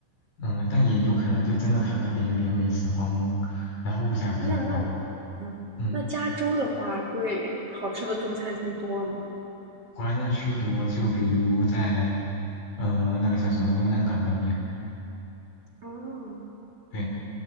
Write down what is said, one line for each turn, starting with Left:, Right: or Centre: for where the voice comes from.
Left: 嗯，但也有可能就真的他那边有点美食荒漠，然后物价比较高。
Right: 那那嗯，
Left: 嗯，
Right: 那加州的话会好吃的中餐厅多吗？
Left: 华人区多，就比如在呃那个叫什么罗南港那边，
Right: 嗯，
Left: 对，